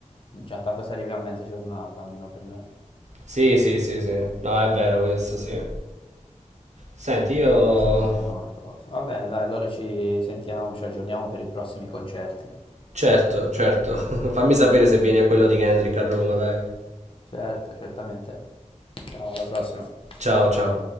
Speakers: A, on the left (about 45°); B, on the right (about 60°).
A: Già tanto si arriva a mezza giornata, almeno per me.
B: Sì, sì, sì, sì. No, è vero questo, sì. Senti, io
A: Non basta nemmeno il coso. Va bene, dai, allora ci sentiamo, ci aggiorniamo per i prossimi concerti.
B: Certo, certo. <laughs> Fammi sapere se vieni a quello di Kendrick a Roma, dai.
A: Certo, certamente. Ciao, alla prossima.
B: Ciao, ciao.